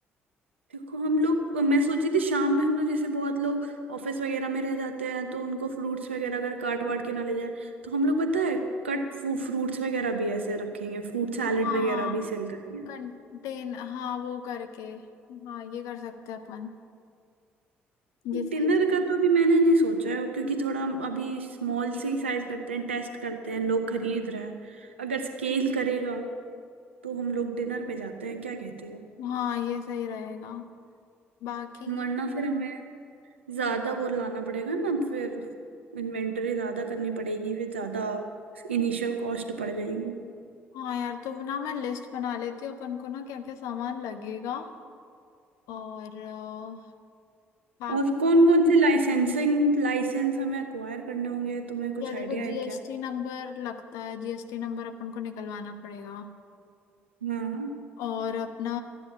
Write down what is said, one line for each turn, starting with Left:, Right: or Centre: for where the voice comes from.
Right: देखो हम लोग मैं सोची थी शाम में हम लोग जैसे बहुत लोग ऑफिस वगैरह में रह जाते हैं तो उनको फ्रूट्स वगैरह अगर काट वाट के ना ले जाए तो हम लोग पता है कट फ्रूट्स वगैरह भी ऐसे रखेंगे फ्रूट सैलेड
Left: हाँ
Right: वगैरह भी सेल करेंगे
Left: कंटेन हाँ वो करके हाँ ये कर सकते हैं अपन ये सही
Right: डिनर
Left: चीज-
Right: का तो अभी मैंने नहीं सोचा है क्योंकि थोड़ा हम अभी स्मॉल से ही साइज करते हैं टेस्ट करते हैं लोग खरीद रहे हैं अगर स्केल करेगा तो हम लोग डिनर पे जाते हैं क्या कहती हो
Left: हाँ ये सही रहेगा बाकी
Right: वरना फिर हमें ज्यादा वो लाना पड़ेगा ना फिर इन्वेंटरी ज्यादा करनी पड़ेगी फिर ज्यादा इनिशियल कॉस्ट पड़ जाएगी
Left: हाँ यार तो वो ना मैं लिस्ट बना लेती हूँ अपन को ना क्या क्या सामान लगेगा और अ, बाकी
Right: और कौन कौन से लाइसेंसिंग लाइसेंस हमें अक्वायर करने होंगे तुम्हें कुछ
Left: यार देखो
Right: आइडिया है
Left: जीएसटी
Right: क्या
Left: नंबर लगता है जीएसटी नंबर अपन को निकलवाना पड़ेगा
Right: हाँ
Left: और अपना